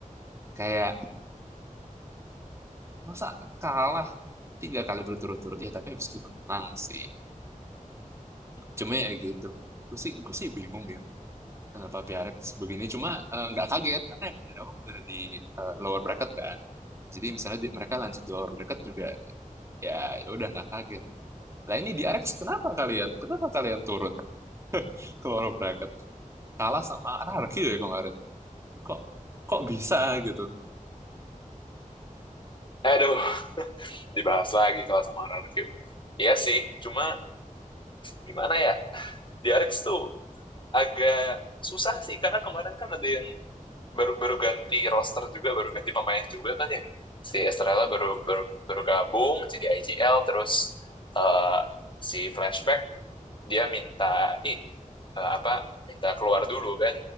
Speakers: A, on the right; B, on the left.
A: kayak masa kalah tiga kali berturut-turut ya tapi habis itu menang sih. Cuma ya gitu. Gue sih gue sih bingung ya. kenapa Piarek begini cuma eh, nggak kaget karena yang dari awal udah di eh, lower bracket kan jadi misalnya di- mereka lanjut di lower bracket juga ya ya udah nggak kaget lah ini di Arex kenapa kalian kenapa kalian turun <laughs> ke lower bracket kalah sama RRQ ya kemarin kok kok bisa gitu
B: Aduh, dibahas lagi kalau sama RRQ. Iya sih, cuma gimana ya? Piarex tuh agak susah sih, karena kemarin kan ada yang baru baru ganti roster juga, baru ganti pemain juga kan ya. Si Estrella baru, baru, baru gabung, jadi IGL, terus eh, si Flashback dia minta ini eh, apa minta keluar dulu kan